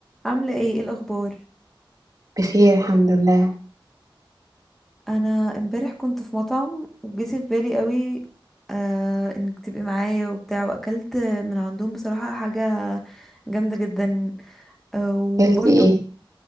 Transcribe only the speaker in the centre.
عاملة ايه ايه الأخبار؟
أنا امبارح كنت في مطعم وجه في بالي قوي آه انك تبقي معايا وبتاع وأكلت من عندهم بصراحة حاجة جامدة جدا آه وبرضو